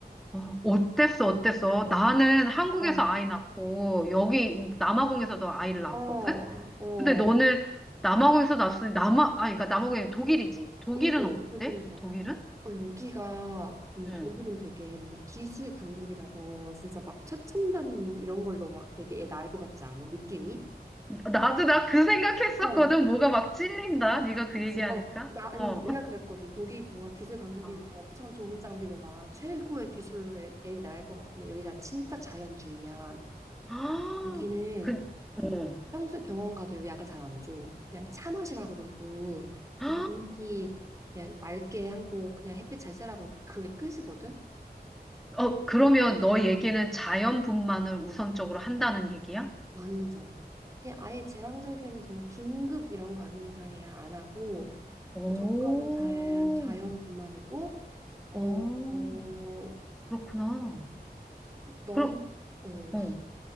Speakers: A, in the centre; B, on the right.
A: 어, 어땠어? 어땠어? 나는 한국에서
B: 어,
A: 아이 낳고 여기 남아공에서도 아이를 낳았거든.
B: 어, 어,
A: 근데 너는 남아공에서 났으니 남아 아 그러니까 남아공이 독일이지. 독일은
B: 음,
A: 어때?
B: 독일에서.
A: 독일은?
B: 어, 여기가, 근데 독일은
A: 응.
B: 되게 뭔가 기술 강국이라서, 진짜 막 최첨단 이런 걸로 막 되게 애 낳을 것 같지 않아? 느낌이?
A: 나도 나 그 생각했었거든.
B: 어,
A: 뭐가 막 찔린다. 네가 그
B: 그치,
A: 얘기하니까.
B: 어, 나, 아니,
A: 어.
B: 내가 그랬거든. 독일 뭔가 기술 강국이고
A: 아,
B: 엄청 좋은 장비로 막 최고의 기술로 애, 애 낳을 것 같은데 여기가 진짜 자연주의야.
A: <gasps> 아,
B: 여기는
A: 그, 어.
B: 평소에 병원 가도 약을 잘 안 줘. 그냥 차 마시라 그러고,
A: <gasps> 아,
B: 그냥 공기 그냥 맑게 하고, 그냥 햇빛 잘 쐬라 그러고, 그게 끝이거든?
A: 어, 그러면 너 얘기는 자연분만을 우선적으로 한다는 얘기야?
B: 완전. 그냥 아예 제왕절개는 정말 긴급 이런 거 아닌 이상이야. 안 하고,
A: 오,
B: 무조건 자, 자연뿐만이고, 어,
A: 어,
B: 어,
A: 그렇구나.
B: 너무,
A: 그럼,
B: 어.
A: 어.